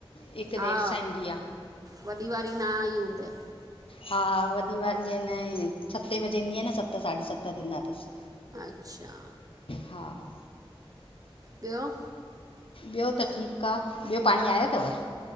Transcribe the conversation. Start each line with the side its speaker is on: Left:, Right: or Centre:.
Left: हिक
Right: हा
Left: देर सां ईंंदी आ
Right: वॾी वारी न आई हूंदए
Left: हा वॾी वारी आए न सते बजे ईंदी आए न सत साढी सत थींदा थस
Right: अच्छा
Left: हा हा
Right: ॿियो
Left: ॿियो त ठीक आ। ॿियो पाणी आयो थव